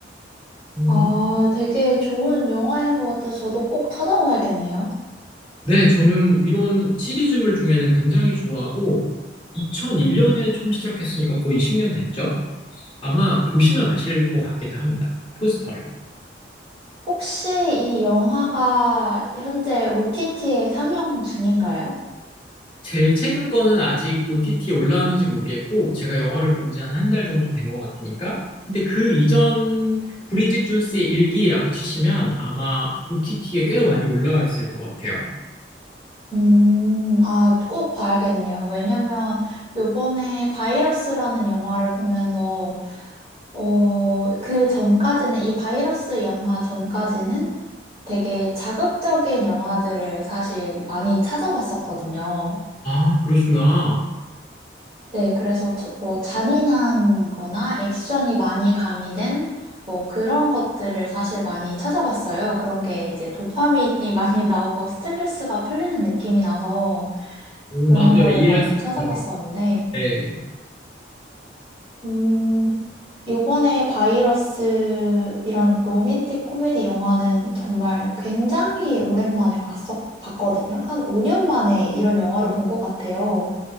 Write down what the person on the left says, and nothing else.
음,
네, 저는 이런 시리즈물 중에는 굉장히 좋아하고 2001년에 처음 시작했으니까 거의 10년 됐죠? 아마 보시면 아실 것 같기도 합니다. 포스터를.
제일 최근 거는 아직 OTT에 올라왔는지 모르겠고 제가 영화를 본지 한 한 달 정도 된 것 같으니까 근데 그 이전 브리짓 존스의 일기라고 치시면 아마 OTT에 꽤 많이 올라와 있을 것 같아요.
아, 그러시구나.
오,
맞아요.
이해할
수
있어요. 네.